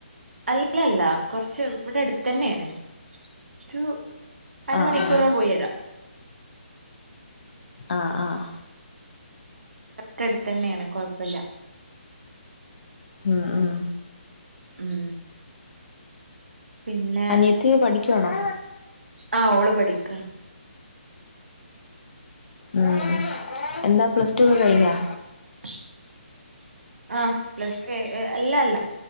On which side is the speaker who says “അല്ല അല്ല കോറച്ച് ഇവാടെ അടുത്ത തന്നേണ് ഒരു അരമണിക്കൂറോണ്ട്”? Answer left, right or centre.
Right